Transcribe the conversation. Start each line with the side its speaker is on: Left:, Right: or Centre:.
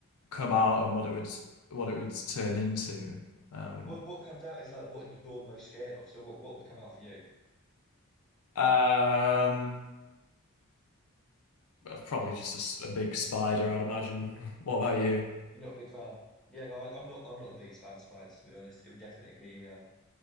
Left: come out and what it would what it would turn into. Um
Centre: Well, what comes out is like what you're the most scared of. So what what would come out for you?
Left: um probably just a, s- a big spider, I'd imagine. <laughs> What about you?
Centre: You're not a big fan. Yeah, no, I, I'm not. I'm not the biggest fan of spiders, to be honest. It would definitely be uh,